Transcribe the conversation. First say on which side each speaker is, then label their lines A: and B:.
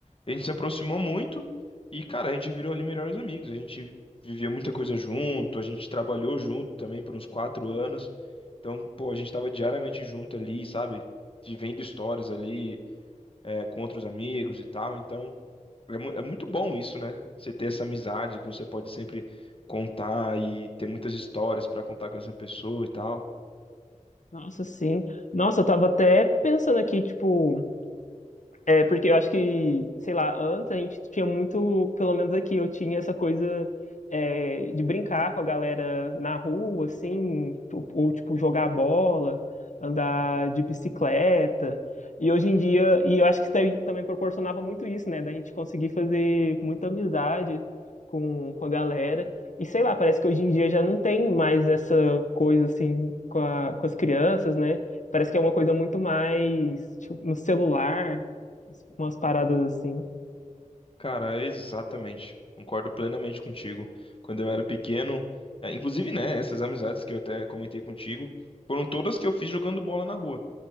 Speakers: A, on the left; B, on the left.
A: A gente se aproximou muito e, cara, a gente virou ali melhores amigos. A gente vivia muita coisa junto, a gente trabalhou junto também por uns quatro anos. Então, pô, a gente tava diariamente junto ali, sabe? Vivendo histórias ali, é, com outros amigos e tal. Então, é, mu- é muito bom isso, né? Você ter essa amizade que você pode sempre contar e ter muitas histórias pra contar com essa pessoa e tal.
B: Nossa, sim. Nossa, eu tava até pensando aqui, tipo, É, porque eu acho que, sei lá, antes a gente tinha muito, pelo menos aqui, eu tinha essa coisa é, de brincar com a galera na rua, assim, ou, ou, tipo, jogar bola, andar de bicicleta. E hoje em dia, e eu acho que isso daí também proporcionava muito isso, né? Da gente conseguir fazer muita amizade com, com a galera. E sei lá, parece que hoje em dia já não tem mais essa coisa, assim, com a- com as crianças, né? Parece que é uma coisa muito mais, tipo, no celular umas paradas assim.
A: Cara, é exatamente. Concordo plenamente contigo. Quando eu era pequeno, é, inclusive, né, essas amizades que eu até comentei contigo, foram todas que eu fiz jogando bola na rua.